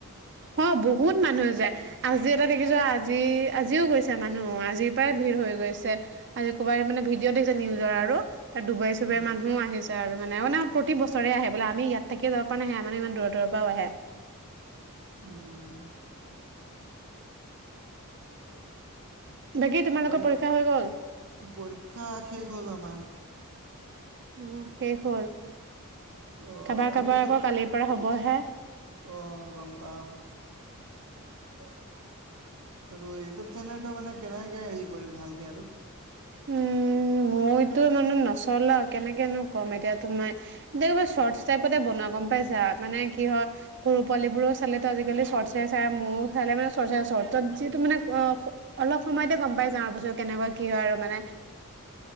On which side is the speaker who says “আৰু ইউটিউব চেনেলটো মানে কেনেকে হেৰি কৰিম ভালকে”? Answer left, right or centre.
Right